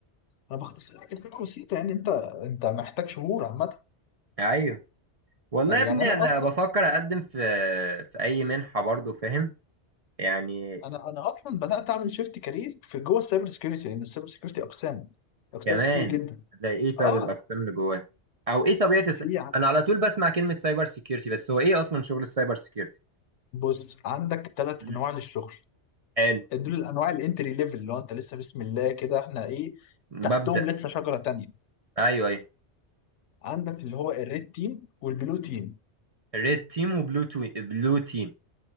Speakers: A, on the left; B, on the right.
A: انا بختصر لك الفكره بسيطه يعني انت انت محتاج شهور عامه
B: لا. ايوه والله
A: يعني
B: يا ابني
A: انا
B: انا
A: اصلا
B: بفكر اقدم في في اي منحة برضو فاهم يعني
A: انا انا اصلا بدات اعمل شيفت كارير في جوه السايبر سكيورتي لان السايبر سكيورتي اقسام اقسام
B: كمان
A: كتير جدا
B: هتلاقي ايه طيب
A: اه
B: الاقسام اللي جواه او ايه طبيعه الس...
A: في
B: انا على طول بسمع كلمه سايبر سيكيورتي بس هو ايه اصلا شغل السايبر سيكيورتي
A: بص عندك ثلاث
B: مم.
A: انواع للشغل
B: حلو
A: دول الانواع الانتري ليفل اللي هو انت لسه بسم الله كده احنا ايه
B: ببدا
A: تحتهم لسه شجره تانية
B: ايوه ايوه
A: عندك اللي هو الريد تيم والبلو تيم
B: ريد تيم وبلو تو... بلو تيم